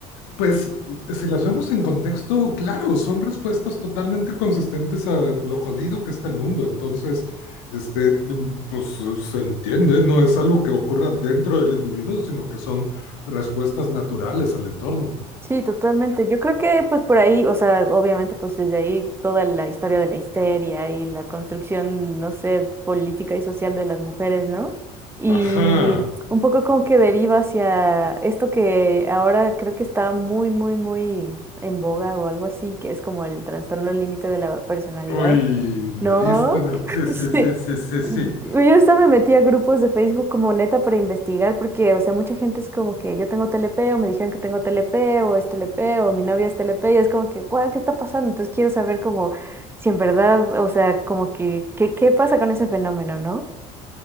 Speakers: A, on the left (about 90°); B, on the right (about 15°).
A: pues si las vemos en contexto, claro, son respuestas totalmente consistentes a lo jodido que está el mundo. Entonces, este, mm, pues se entiende, no es algo que ocurra dentro del individuo, sino que son respuestas naturales al entorno.
B: Sí, totalmente. Yo creo que pues por ahí, o sea, obviamente pues desde ahí toda la historia de la histeria y la construcción, no sé, política y social de las mujeres, ¿no? Y
A: Ajá.
B: un poco como que deriva hacia esto que ahora creo que está muy, muy, muy en boga o algo así, que es como el trastorno límite de la personalidad
A: Uy,
B: no,
A: le diste en el...
B: <laughs>
A: Sí, sí,
B: sí.
A: sí, sí, sí, sí.
B: Güey, Yo hasta me metí a grupos de Facebook como neta para investigar, porque, o sea, mucha gente es como que yo tengo TLP, o me dijeron que tengo TLP, o es TLP, o mi novia es TLP, y es como que, guau, ¿qué está pasando? Entonces quiero saber como si en verdad, o sea, como que, ¿qué, qué pasa con ese fenómeno, no?